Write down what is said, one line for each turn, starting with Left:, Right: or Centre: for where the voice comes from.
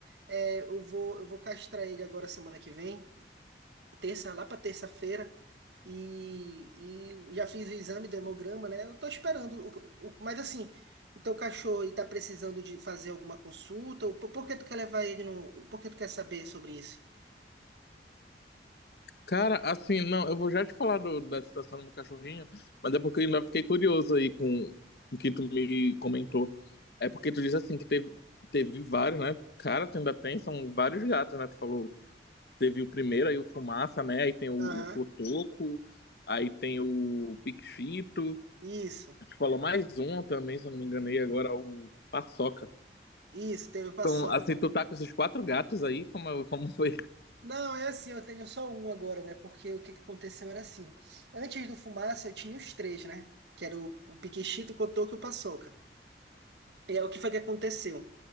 Right: É, eu vou, eu vou castrar ele agora semana que vem terça, lá para terça-feira, e, e já fiz o exame do hemograma, né? Eu tô esperando. O, o- mas assim, o teu cachorro ele tá precisando de fazer alguma consulta? Ou por, por que tu quer levar ele no. Por que tu quer saber sobre isso?
Left: Cara, assim, não, eu vou já te falar do- da situação do meu cachorrinho, mas é porque eu ainda fiquei curioso aí com o que tu me comentou. É porque tu diz assim que teve, teve vários, né? Cara, tu ainda tem, são vários gatos, né? Tu falou, teve o primeiro, aí o Fumaça, né? Aí tem o, o
Right: Aham,
Left: Cotoco, aí tem o Piquito,
Right: isso,
Left: tu falou mais um também, se eu não me enganei, agora o Paçoca.
Right: isso, teve paçoca
Left: Então, assim,
Right: também.
Left: tu tá com esses quatro gatos aí, como, como foi?
Right: Não, é assim, eu tenho só um agora, né? Porque o que que aconteceu era assim. Antes do Fumaça, eu tinha os três, né? Que era o, o Piquechito, o Cotoco e o Paçoca. E aí, o que foi que aconteceu?